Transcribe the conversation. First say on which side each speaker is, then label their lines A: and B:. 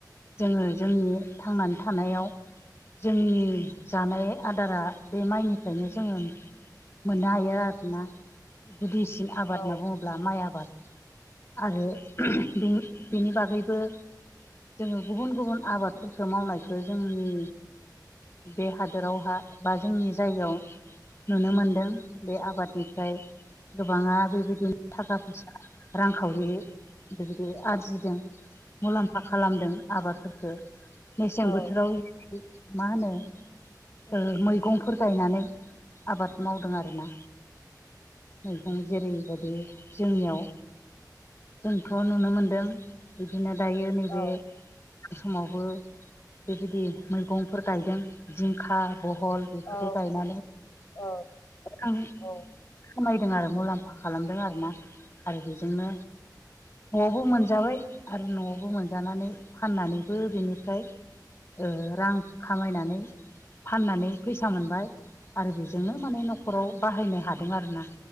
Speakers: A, on the left; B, on the left.
A: जोङो जोंनि थांनानै थानायाव जोंनि जानाय आदारा बे माइनिफ्रायनो जोङो मोननो हायो आरोना गुदिसिन आबाद
B: औ
A: होनना बुङोब्ला माइ आबाद आरो बेनि बागैबो जोङो गुबुन गुबुन आबादफोरखौ मावनायखौ जोंनि बे हादोरावहा बा जोंनि जायगायाव नुनो मोनदों बे आबादनिफ्राय गोबाङा बेबायदिनो थाखा फैसा रांखावरि बेबायदि आरजिदों मुलाम्फा खालामदों आबादफोरखौ मेसें
B: औ
A: बोथोराव मा होनो ओ मैगंफोर गायनानै आबाद मावदों आरोना मैगं जेरै बेबायदि जोंनियाव जोंथ' नुनो मोनदों बिदिनो दायो नैबे
B: औ
A: समावबो बेबायदि मैगंफोर गायदों जिंखा बहल बेफोरखौ
B: औ
A: गायनानै रां
B: औ औ
A: खामायदों आरो मुलाम फा खालामदों आरोना आरो बेजोंनो न'आवबो मोनजाबाय आरो न'आवबो मोनजानानै फाननानैबो बेनिफ्राय ओ रां खामायनानै फाननानै फैसा मोनबाय आरो बेजोंनो माने न'खराव बाहायनो हादों आरो ना